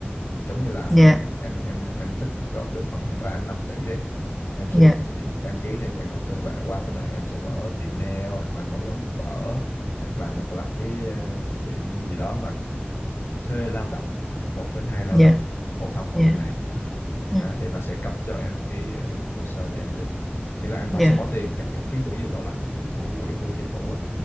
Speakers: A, on the left; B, in the centre.
A: giống như là bên
B: dạ
A: này em em em tích góp được khoảng ra 5 tỷ đi em sẽ
B: dạ
A: đi- đăng ký theo dạng đầu tư và qua bên này em sẽ mở tiệm nail hoặc là mở quán phở hoặc là một làm cái ờ, tiệm gì đó mà thuê lao động một đến hai lao
B: dạ
A: động phổ thông ở
B: dạ
A: bên này
B: ừ,
A: Đó, thì nó sẽ cấp cho em cái ờ, hồ sơ để em đi nghĩa là em phải
B: dạ
A: sẽ bỏ tiền c- ký quỹ vô bảo lãnh của quỹ của chính phủ á